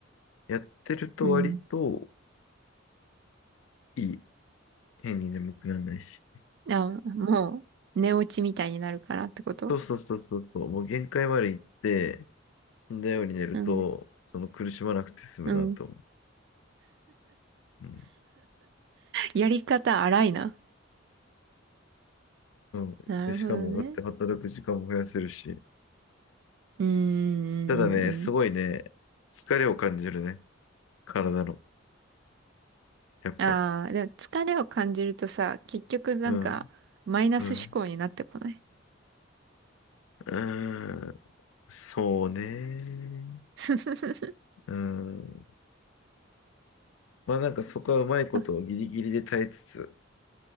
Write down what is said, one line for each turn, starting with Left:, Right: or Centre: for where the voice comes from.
Left: やってると割と
Right: うん。
Left: いい。変に眠くならないし。
Right: あ、もう、寝落ちみたいになるからってこと
Left: そうそうそうそうそう。もう限界まで行って、死んだように寝ると、
Right: うん。
Left: その苦しまなくて済むなと思う。
Right: うん。
Left: うん
Right: やり方荒いな。
Left: うん。
Right: なるほどね。
Left: で、しかも、だって働く時間も増やせるし。
Right: うーん。うんうんうん。
Left: ただね、すごいね、疲れを感じるね。体の。やっぱ。
Right: ああ、でも疲れを感じるとさ、結局なんか、
Left: うん。
Right: マイナス思考になってこない。
Left: うん。うん。そうね。
Right: <laughs>
Left: うん。まあなんかそこはうまいことをギリギリで耐えつつ、
Right: あ